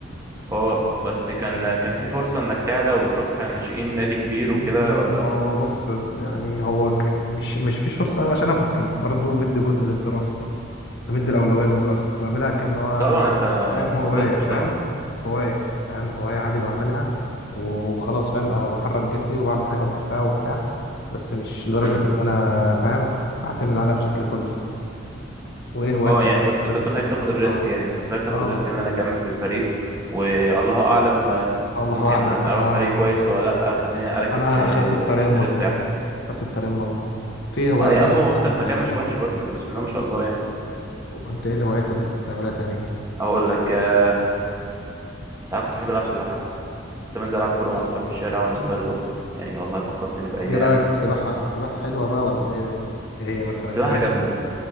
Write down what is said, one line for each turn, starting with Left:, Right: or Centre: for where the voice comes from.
Right: اه بس كان كان في فرصة انك تعلى وتروح ناشئين نادي كبير
Left: مم،
Right: وكده ولا
Left: هو بص يعني هو ك- مش مش فيش فرصة أوي عشان أنا كنت برضو مدي جزء للدراسة كنت مدي الأولوية للدراسة كنت بعملها كأنه
Right: طبعا انت
Left: فاهم هواية
Right: ما غلطتش
Left: فاهم
Right: طبعا
Left: هواية فاهم هواية عادي بعملها وخلاص فاهم أهو بحرك جسمي وبعمل حاجة بحبها وبتاع بس مش لدرجة
Right: مم.
Left: إن أنا فاهم أعتمد عليها بشكل كلي وايه هوايات
Right: اه يعني
Left: تانية
Right: كنت كنت
Left: انا كنت
Right: خايف تاخد الريسك
Left: اه
Right: يعني كنت خايف تاخد
Left: اه
Right: الريسك ان انا اكمل في الفريق والله اعلم آه،
Left: الله
Right: ممكن
Left: اعلم بقى
Right: اروح
Left: اه
Right: فريق كويس ولا لا خليني اركز
Left: انا
Right: في
Left: خدت الطريق المضمون
Right: دراستي احسن
Left: خدت الطريق المضمون في هوايات
Right: اه يا
Left: تانية
Right: عم وانت
Left: مثلا
Right: في
Left: بتعملها
Right: مكان مش وحش برضه انت بسم الله ما شاء الله يعني
Left: وانت ايه الهوايات اللي كنت بتعملها تاني
Right: اقول لك آه، ساعات كنت بحب العب سباحة كنت بنزل العب كورة مع
Left: مم.
Right: اصحابي في الشارع وانا صغير برضه يعني والله فكرتني بايام
Left: ايه رايك السباحه السباحه حلوه بقى ولا ايه ايه هي مثلا
Right: السباحة
Left: انت
Right: جامدة